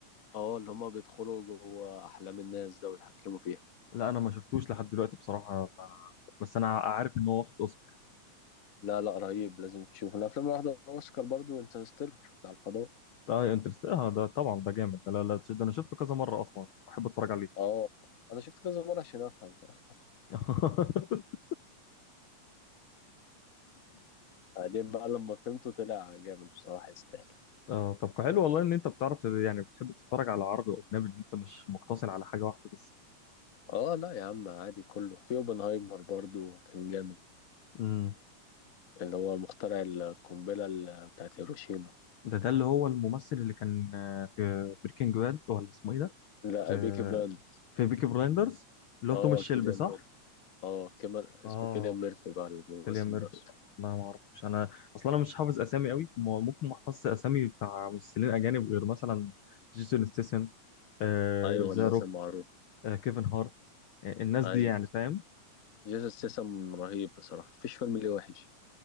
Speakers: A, on the left; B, on the left.
A: اه اللي هما بيدخلوا جوه أحلام الناس ده ويتحكموا فيها
B: لا انا ما شفتوش لحد دلوقتي بصراحه ف- بس انا عارف ان هو واخد اوسكار
A: لا لا رهيب لازم تشوف من الافلام اللي واخده اوسكار برضو انترستيلر بتاع الفضاء
B: اه انترست اه ده طبعا ده جامد ده لا لا ده انا شفته كذا مره اصلا بحب اتفرج عليه
A: اه انا شفت كذا مره عشان افهم فاهم
B: <laughs>
A: بعدين بقى لما فهمته طلع جامد بصراحه يستاهل
B: اه طب حلو والله ان انت بتعرف يعني بتحب تتفرج على عربي واجنبي ان انت مش مقتصر على حاجه واحده
A: اه لا يا عم عادي كله في اوبنهايمر برضو كان جامد
B: بس
A: اللي هو مخترع القنبله ال- بتاعت هيروشيما
B: ده ده اللي هو الممثل اللي كان آه، في بريكنج باد ولا اسمه ايه ده
A: لا
B: في
A: بيكي بلاند
B: في بيكي بلايندرز اللي
A: اه
B: هو توماس شيلبي
A: كيليان
B: صح
A: ميرفي اه كمان اسمه
B: اه
A: كيليان ميرفي بقى الممثل
B: كيليان ميرفي
A: نفسه
B: لا ما اعرفش انا اصلا انا مش حافظ اسامي قوي م- ممكن ما احفظش اسامي بتاع ممثلين اجانب غير مثلا جيسون ستيسن آه
A: ايوه الناس
B: ذا روك
A: المعروفه
B: آه كيفن هارت آه الناس
A: ايوه
B: دي يعني فاهم
A: جيسون سيسم رهيب بصراحه مفيش فيلم ليه وحش